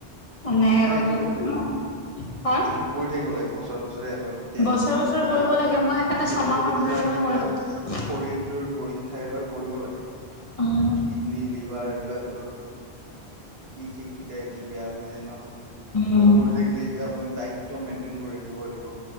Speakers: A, on the left (about 35°); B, on the right (about 65°).
A: এনে
B: নাই
A: গলে
B: এইটো এইটো
A: মোক হা।
B: এইটো কৰি থাকিব লাগে বছৰে বছৰে এবাৰ তেজ
A: বছৰে
B: পৰীক্ষা,
A: বছৰে কৰিব লাগে মই সেইকাৰণে ছমাহৰ
B: তেজ পৰীক্ষা
A: মূৰে মূৰে
B: নিজৰ
A: কৰি থাকো।
B: শৰীৰটোৰ পৰীক্ষা খাই এবাৰ কৰিব লাগে,
A: উম
B: কিডনী লিভাৰ বলাকতো কি ঠিক কিতিয়া কি বেয়া হৈ যায় ন। এইবিলাক
A: উম।
B: কৰি থাকিলে এতিয়া আপুনি ডাইত মেইনটেইন কৰি ৰাখিব পাৰিব।